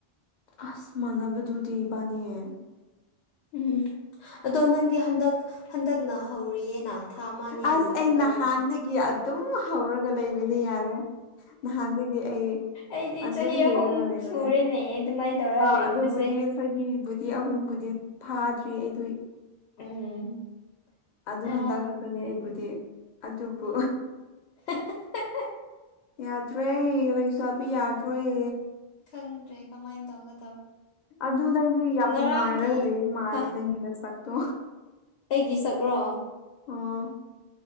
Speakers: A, on the left (about 50°); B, on the left (about 85°).
A: ꯑꯁ ꯃꯥꯟꯅꯕꯗꯨꯗꯤꯕꯥꯅꯤꯌꯦ
B: ꯎꯝ ꯑꯗꯣ ꯅꯪꯗꯤ ꯍꯟꯗꯛ ꯍꯟꯗꯛꯅ ꯍꯧꯔꯤꯌꯦꯅ ꯊꯥ ꯑꯃ ꯑꯅꯤꯒꯨꯝꯕ
A: ꯑꯁ
B: ꯈꯛꯇ
A: ꯑꯩ ꯅꯍꯥꯟꯗꯒꯤ
B: ꯑꯣꯏꯔꯤ
A: ꯑꯗꯨꯝ ꯍꯧꯔꯒ ꯂꯩꯕꯅꯦ ꯌꯥꯔꯦ ꯅꯍꯥꯟꯗꯒꯤ ꯑꯩ
B: ꯑꯩꯗꯤ
A: ꯑꯗꯨꯝ
B: ꯆꯍꯤ ꯑꯍꯨꯝ
A: ꯌꯦꯡꯉꯒ ꯂꯩꯕꯅꯦ
B: ꯁꯨꯔꯦꯅꯦ ꯑꯗꯨꯃꯥꯏꯅ ꯇꯧꯔ
A: ꯑ
B: ꯂꯩꯔꯤꯕꯁꯦ
A: ꯑꯗꯨꯕꯨꯗꯤ ꯆꯍꯤꯕꯨꯗꯤ ꯑꯍꯨꯝꯕꯨꯗꯤ ꯐꯥꯗ꯭ꯔꯤ ꯑꯩꯗ
B: ꯎꯝ
A: ꯑꯗꯨ
B: ꯑ
A: ꯍꯟꯗꯛ ꯈꯛꯇꯅꯦ ꯑꯩꯕꯨꯗꯤ ꯑꯗꯨꯕꯨ
B: <inaudible>
A: ꯌꯥꯗ꯭ꯔꯦ ꯂꯩꯁꯥꯕꯤ ꯌꯥꯗ꯭ꯔꯣꯏ
B: ꯈꯪꯗ꯭ꯔꯦ ꯀꯃꯥꯏꯅ ꯇꯧꯒꯗꯦ
A: ꯑꯗꯨ ꯅꯪꯗꯤ ꯌꯥꯝ
B: ꯉꯔꯥꯡꯒꯤ
A: ꯅꯨꯡꯉꯥꯏꯔꯒ ꯂꯩꯔꯤ ꯃꯥꯜꯂꯦ
B: ꯍꯥ
A: ꯅꯪꯒꯤ ꯅꯁꯛꯇꯣ
B: ꯑꯩꯒꯤ ꯁꯛꯔꯣ
A: ꯑꯣ